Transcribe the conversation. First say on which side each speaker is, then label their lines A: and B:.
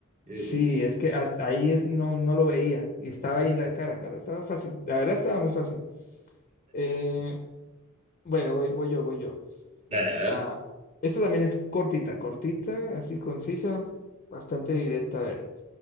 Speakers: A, on the left (about 35°); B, on the right (about 30°).
A: Sí,
B: Eh,
A: es que hasta ahí es, no, no lo veía y estaba ahí en la cara, claro, estaba fácil, la verdad estaba muy fácil. Eh, bueno, voy, voy yo, voy yo.
B: Dale, a ver.
A: Ah, esta también es cortita, cortita, así concisa, bastante directa. A ver,